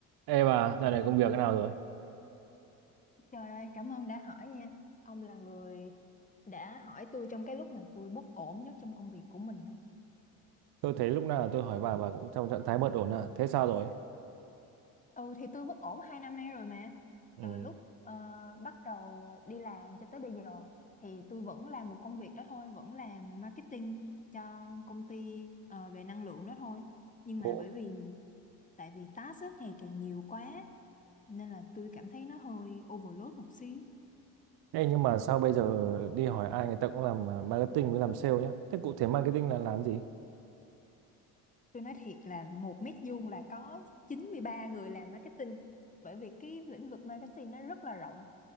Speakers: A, on the right; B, on the left.
A: Ê bà, dạo này công việc thế nào rồi?
B: Trời ơi, cảm ơn đã hỏi nha. Ông là người đã hỏi tôi trong cái lúc mà tôi bất ổn nhất trong công việc của mình á.
A: Tôi thấy lúc nào tôi hỏi bà, bà cũng trong trạng thái bất ổn à? Thế sao rồi?
B: Ừ thì tôi bất ổn hai năm nay rồi mà.
A: Ừ.
B: Từ lúc ờ, bắt đầu đi làm cho tới bây giờ thì tôi vẫn làm một công việc đó thôi, vẫn làm marketing cho công ty ờ, về năng lượng đó thôi. Nhưng mà
A: Ồ,
B: bởi vì tại vì task á, ngày càng nhiều quá nên là tôi cảm thấy nó hơi overload một xíu.
A: Ê, nhưng mà sao bây giờ đi hỏi ai người ta cũng làm à, marketing với làm sale nhá. Thế cụ thể marketing là làm gì?
B: Tôi nói thiệt là một mét vuông là có 93 người làm marketing bởi vì cái lĩnh vực marketing nó rất là rộng.